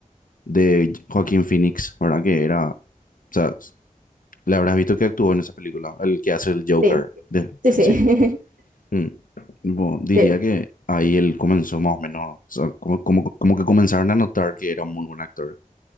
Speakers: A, on the left; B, on the right.
A: de Joaquín Phoenix, ¿verdad? Que era, o sea, le habrás visto que actuó en esa película, el que hace el Joker,
B: sí,
A: de,
B: sí, sí.
A: sí. Mm. Tipo,
B: <laughs>
A: diría
B: Que
A: que ahí él comenzó más o menos, o sea, como, como, como que comenzaron a notar que era un muy buen actor